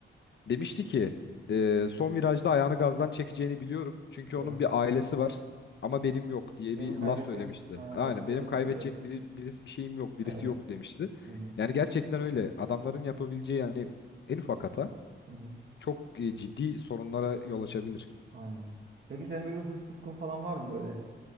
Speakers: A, on the left (about 65°); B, on the right (about 55°).
A: Demişti ki e, son virajda ayağını gazdan çekeceğini biliyorum. Çünkü
B: Evet.
A: onun bir ailesi var ama benim yok diye
B: Benim
A: bir
B: kaybettiğim.
A: laf söylemişti.
B: Ha,
A: Aynen
B: hatırlıyorum
A: benim kaybedecek
B: hatırlıyorum.
A: biri, birisi bir şeyim yok birisi
B: Evet.
A: yok demişti.
B: Hı hı.
A: Yani gerçekten öyle adamların yapabileceği yani en ufak hata
B: Hı hı.
A: çok e, ciddi sorunlara yol açabilir.
B: Aynen. Peki senin böyle bir hız tutkun falan var mı böyle?